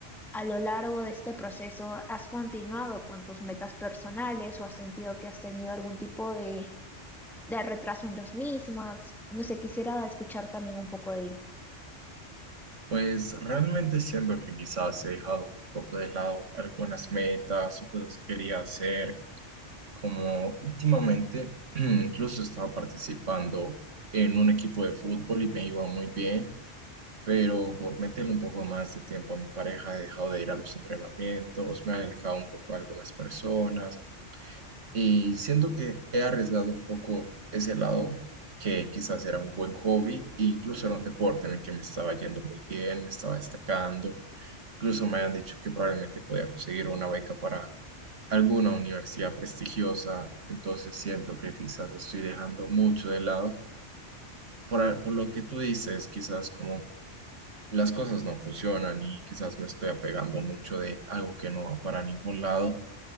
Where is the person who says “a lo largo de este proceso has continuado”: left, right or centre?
Centre